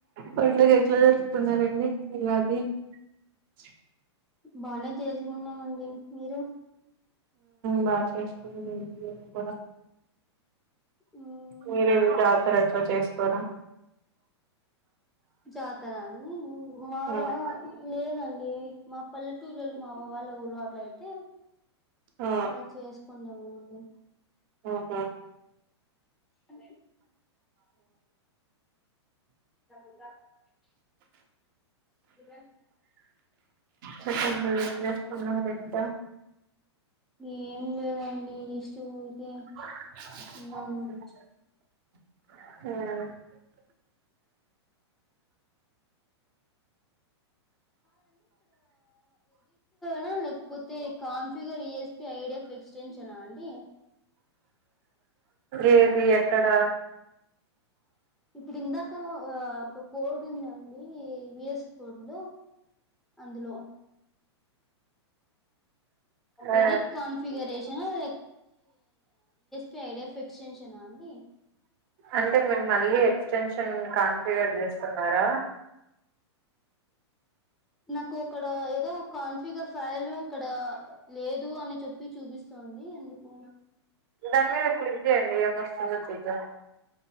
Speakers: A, on the right; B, in the centre.
A: కొడుగేట్లో జరుపుకున్నారండి ఇలాది చె
B: బానే చేసుకున్నామండి మీరు
A: బ చేస్కు కూడా
B: మ్మ్
A: మీర జతర చేసుకోర
B: చాతర అ మా
A: మ్మ్
B: లేదండి మా పల్లెటూళ్లలు మా వాళ్ళ ఊళ అట్ల అయితే
A: ఆ
B: అలా చేసుకుంటాము అడి
A: ఆహ
B: అ <unintelligible> <unintelligible>
A: చెప్పండి ఏం చేస్తున్నారు ఇంకా
B: ఏం లేదండి జస్ట్ ఊరికే
A: అ
B: ఉన్నాము నా లేకపోతే కాన్ఫిగర్ ఈఎస్పి ఐడిఫ్ ఎక్స్టెన్షనా అండి
A: ఏది ఎక్కడా
B: ఇప్పుడు ఇందాక ఒక కోడ్ ఉందండి విఎస్ కోడ్ లో అందులో
A: ఆ
B: ఎడిట్ కన్ఫిగరేషన్ ఆ చేడెస్ ఫిక్స్టెన్షనా అండి
A: అంటే మేము మళ్ళీ ఎక్స్టెన్షన్ కాంతిగర్ చేస్తున్నారా
B: నాకు ఒకక్కడ ఏదో ఒక కాన్ఫిగర్ ఫైల్ ఇక్కడ లేదు అని చెప్పి చూపిస్తాంది ఎందుకు
A: దాని మీద క్లిక్ చేయండి కస్ంగతుద